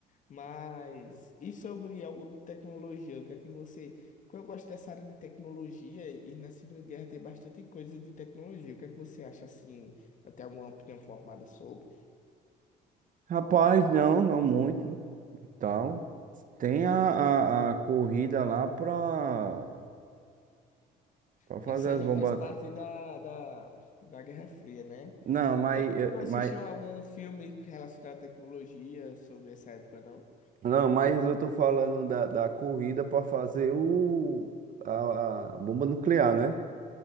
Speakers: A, on the left; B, on the right.
A: Mas, e sobre algo de tecnologia? O que é que você. Porque eu gosto dessa área de tecnologia e na Segunda Guerra tem bastante coisa de tecnologia. O que é que você acha assim? Eu tenho alguma opinião formada sobre?
B: Rapaz, não, não muito e tal. Tem a, a, a corrida lá pra. Pra fazer
A: Mas isso aí
B: as
A: já
B: bombas.
A: faz parte da, da, da Guerra Fria, né?
B: Não, mas, eh,
A: Tu não assistiu
B: mas,
A: algum filme relacionado à tecnologia sobre essa época, não?
B: não, mas eu tô falando da, da corrida pra fazer o, a, a bomba nuclear, né?